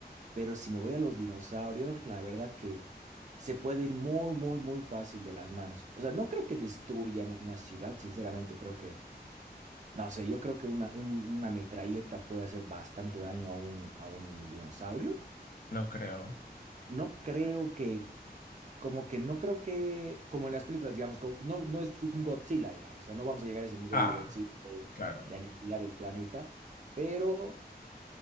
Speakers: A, on the right; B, on the left.
A: Pero si me voy a los dinosaurios, la verdad que se puede ir muy, muy, muy fácil de las manos. O sea, no creo que destruyan una ciudad, sinceramente, creo que, no sé, yo creo que una, un- una metralleta puede hacer bastante daño a un, a un dinosaurio.
B: No creo.
A: No creo que, como que no creo que, como en las películas, digamos, go- no, no es un Godzilla, digamos, o sea, no vamos a llegar a ese nivel
B: Ah,
A: de Godzilla de,
B: claro.
A: de aniquilar el planeta, pero